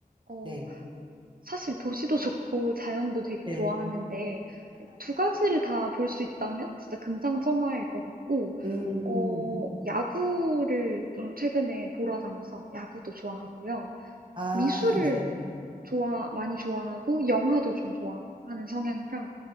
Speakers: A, on the right; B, on the right.
A: 어,
B: 네.
A: 사실 도시도 좋고 자연도 되게
B: 네.
A: 좋아하는데 두 가지를 다 볼 수 있다면 진짜 금상첨화일 것 같고
B: 음,
A: 어, 야구를 좀 최근에 보러 다녀서 야구도 좋아하고요.
B: 아,
A: 미술을
B: 네.
A: 좋아 많이 좋아하고 영화도 좀 좋아하는 성향이라